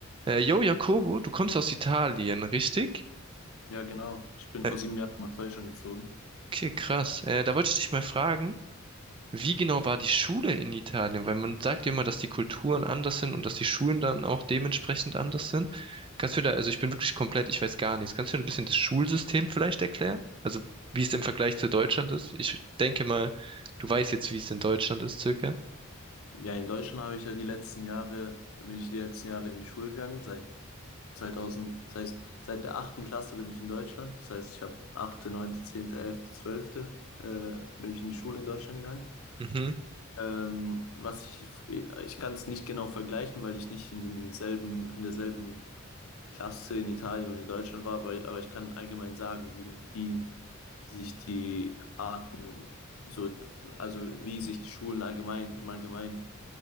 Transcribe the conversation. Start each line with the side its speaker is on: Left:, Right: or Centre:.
Right: Äh, yo, Jakobo, du kommst aus Italien, richtig?
Left: Ja, genau. Ich bin
Right: Äh,
Left: vor sieben Jahren nach Deutschland gezogen.
Right: okay, krass. Äh, da wollte ich dich mal fragen, wie genau war die Schule in Italien? Weil man sagt ja immer, dass die Kulturen anders sind und dass die Schulen dann auch dementsprechend anders sind. Kannst du da, also ich bin wirklich komplett, ich weiß gar nichts. Kannst du mir ein bisschen das Schulsystem vielleicht erklären? Also wie es im Vergleich zu Deutschland ist? Ich denke mal, du weißt jetzt, wie es in Deutschland ist, circa.
Left: Ja, in Deutschland habe ich ja die letzten Jahre, bin ich die letzten Jahre in die Schule gegangen. Seit 2000, das heißt, seit der achten Klasse bin ich in Deutschland. Das heißt, ich habe achte, neunte, zehnte, elfte, zwölfte, äh, bin ich in die Schule in Deutschland gegangen.
Right: Mhm.
Left: Ähm, was ich, ich kann es nicht genau vergleichen, weil ich nicht in denselben, in derselben Klasse in Italien und in Deutschland war, aber, aber ich kann allgemein sagen, wie, wie sich die Arten, so, also wie sich die Schulen allgemein, im Allgemeinen